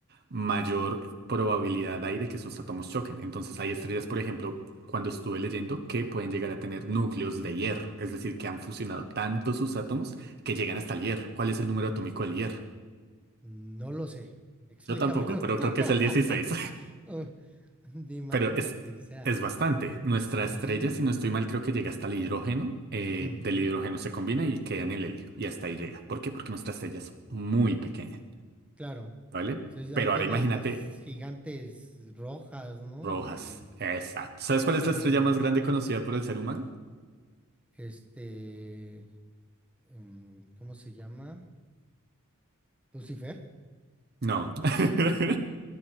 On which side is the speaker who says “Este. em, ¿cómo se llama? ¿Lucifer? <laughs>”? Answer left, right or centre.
Centre